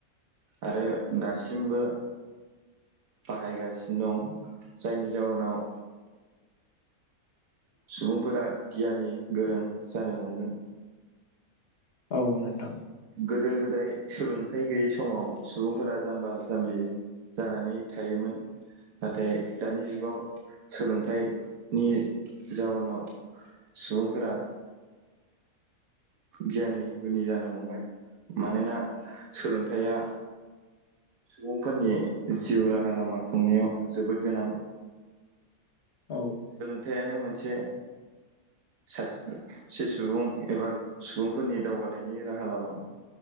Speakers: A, on the right (about 75°); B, on the left (about 50°).
A: आरो दासिमबो बाहायगासिनो दं जायनि जाउनाव सुबुंफोरा गियानि गोरों जानो हमदों
B: औ नोंथां
A: गोदो गोद दाय सोलोंथाइ गैयि समाव सुबुंफोरा जाम्बा जाम्बि जानानै थायोमोन नाथाय दानि जुगाव सोलोंथाइनि जाउनाव सुबुंफोरा गियानि गुनि जानो हमबाय मानोना सोलोंथाइया सुबुंफोरनि जिउ राहा लामा खुंनायाव जोबोद गोनां
B: औ
A: थायानो मोनसे सासे सुबुं एबा सुबुंफोरनि दावगानायनि राहा लामा